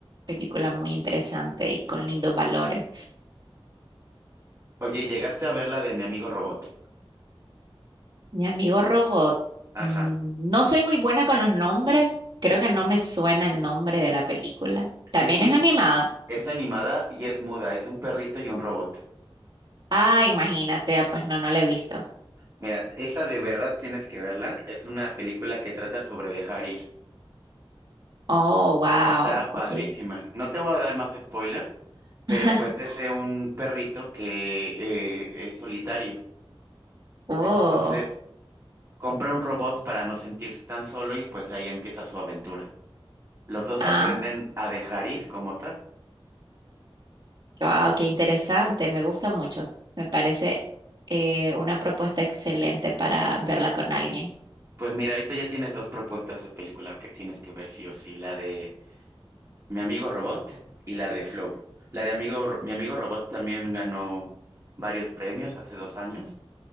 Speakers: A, on the right; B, on the right.
A: película muy interesante y con lindos valores.
B: Oye, ¿llegaste a ver la de mi amigo robot?
A: Mi amigo Robot,
B: Ajá.
A: mm, no soy muy buena con los nombres, creo que no me suena el nombre de la película. También
B: Es de
A: es
B: un,
A: animada.
B: es animada y es muda, es un perrito y un robot.
A: Ah, imagínate, ah, pues no, no la he visto.
B: Mira, esa de verdad tienes que verla. Es una película que trata sobre dejar ir.
A: Oh, wow,
B: Está
A: ok.
B: padrísima. No te voy a dar más spoiler, pero
A: <laughs>
B: pues es de un perrito que eh, es solitario.
A: Oh.
B: Entonces, compra un robot para no sentirse tan solo y pues ahí empieza su aventura. Los dos
A: Ah,
B: aprenden a dejar ir como tal.
A: wow, qué interesante, me gusta mucho. Me parece eh, una propuesta excelente para verla con alguien.
B: Pues mira, ahorita ya tienes dos propuestas de película que tienes que ver sí o sí, la de Mi amigo Robot y la de Flow. La de amigo, Ro- mi amigo Robot también ganó varios premios hace dos años